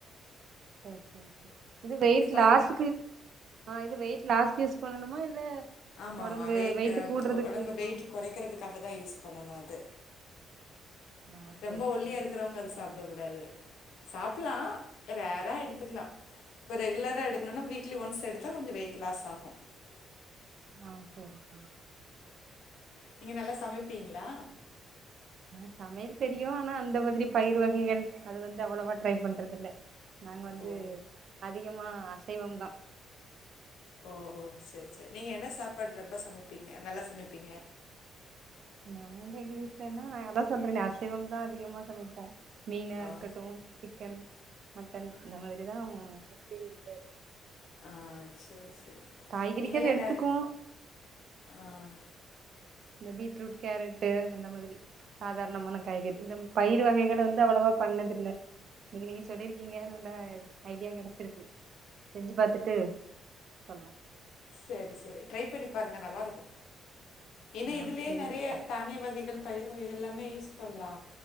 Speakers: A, on the right; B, on the left.
A: சரிது வெயிட்லாஸ்
B: பாருங்க
A: இது வெயிட் யூஸ் பண்ணணுமா இல்ல
B: ஆமா
A: ஒடம்பு
B: ஆமா வெயிட்
A: கூடுறதுக்கு
B: உடம்ப
A: யூஸ்
B: வெயிட்
A: பண்
B: அது குறைக்கிறதுக்காக தான் யூஸ் பண்ணணும் அது
A: ஆ
B: ரொம்ப
A: சேரி
B: ஒல்லியா
A: சேரி
B: இருக்கிறவங்க அது சாப்ட கூடாது சாப்லாம் ரேரா எடுத்துக்கலாம் இப்ப ரெகுலரா எடுக்கணும் நா வீக்லி ஒன்ஸ் எடு நூ கொஞ்சம் வெயிட் லாஸ் ஆகும்
A: ஆ சரி சரி
B: நீங்க நல்லா சமைப்பீங்களா
A: ஹ் சமையல் தெரியும் ஆனா அந்த மாதிரி பயிர் வகைகள் அது வந்து அவ்வளவா ட்ரை பண்றது இல்ல நாங்க வந்து
B: ஓ
A: அதிகமா அசைவம் தா
B: ஓ ஓ சரி சரி நீங்க என்ன சாப்பாடு ரொம்ப சமைப்பீங்க நல்லா சமைப்பீங்க
A: நாங்க எங்க வீட்லன்னா அதா சொல்றேனெ அசைவம் தா அதிகமா சமைப்போ மீனா
B: ஆ
A: இருக்கட்டு சிக்கன் மட்டன் இந்த மாதிரிதா முஸ்லி இல
B: ஆஹ் சரி சரி
A: காய்கறிகள்
B: நீங்கல்ல
A: எடுத்துக்குவோ
B: என்னரு ஆஹ்
A: இந்த பீட்ரூட் கேரட் அந்த மாதிரி சாதாரணமான காய்கரி இந்த பயிர் வகைகள் வந்து அவ்வளவா பண்ணதுல்ல இன்னைக்கி நீங்க சொல்லீர்க்கீங்க இண்டா ஆகி ஐடியா கிடைச்சிருக்கு செஞ்சு பார்த்தட்டு சொல்லா
B: சரி சரி ட்ரை பண்ணி பாருங்க நல்லாருக்கு இன்ன
A: ஆ
B: இதுலயே
A: சேரிங்கக்கா
B: நிறைய தானிய வகைகள் பயிர் வககள் எல்லாமே யூஸ் பண்ணலாம்